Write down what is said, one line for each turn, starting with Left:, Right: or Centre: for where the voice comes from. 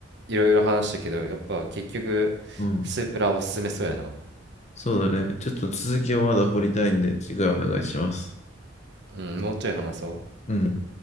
Right: いろいろ話したけどやっぱ結局
Left: うん。
Right: スープラおすすめそうやな
Left: そうだね。ちょっと続きをまだ掘りたいんで、次回お願いします。
Right: うんもうちょい話そう
Left: うん。